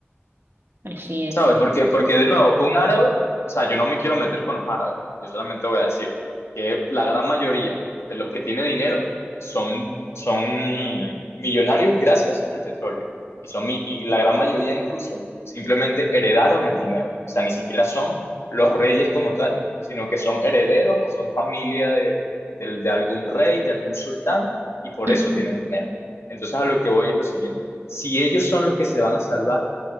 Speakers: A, on the right; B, on the left.
A: Así es.
B: ¿Sabes? Porque, porque de nuevo, un árabe, o sea, yo no me quiero meter con los árabes, yo solamente voy a decir que la gran mayoría de los que tienen dinero son, son millonarios gracias al petróleo. Y, son, mi- y la gran mayoría incluso simplemente heredaron el dinero. O sea, ni siquiera son los reyes como tal, sino que son herederos o son familia de, del- de algún rey, de algún sultán, y por
A: Ujú.
B: eso tienen dinero. Entonces a lo que voy es lo siguiente. Si ellos son los que se van a salvar,